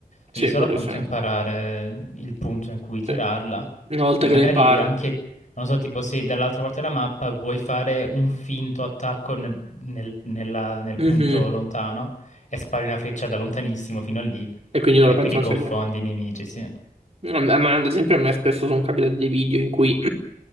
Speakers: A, on the left (about 50°); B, on the right (about 45°).
A: Devi
B: Sì,
A: solo
B: quello
A: appunto
B: sì,
A: imparare il punto in cui
B: sì.
A: tirarla.
B: Una volta
A: E magari
B: che le impari.
A: anche, non so, tipo se dall'altra parte della mappa vuoi fare un finto attacco nel, nel- nella- nel punto
B: Mhm.
A: lontano e spari una freccia da lontanissimo fino a lì
B: E quindi loro
A: e
B: pensano
A: quindi confondi
B: sia lì.
A: i nemici, sì.
B: No, Ma ma ad esempio a me spesso sono capitati dei video in cui